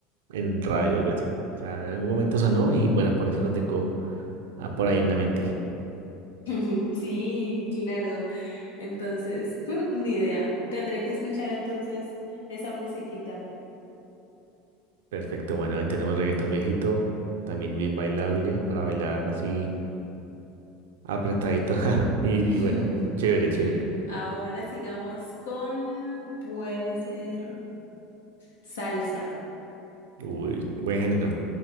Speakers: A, on the right; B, on the left.
A: en radio, algo así. O sea, en algún momento sonó y bueno, por eso lo tengo ah, por ahí en la mente.
B: <laughs> Sí, claro. Entonces, <laughs> ni idea. Tendré que escuchar entonces esa musiquita.
A: Perfecto, bueno, ahí tenemos reggaetón viejito, también bien bailable, para bailar así apretadito. <laughs> Y,
B: <laughs>
A: y bueno, chévere, chévere.
B: Ahora sigamos con, puede ser. Salsa.
A: Uy, buen género,